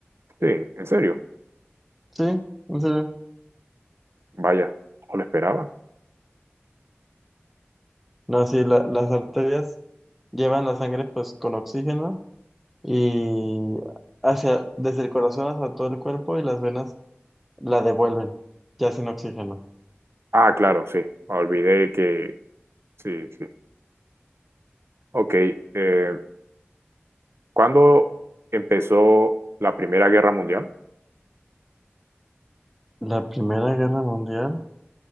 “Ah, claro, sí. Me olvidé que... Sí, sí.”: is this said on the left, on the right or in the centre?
Right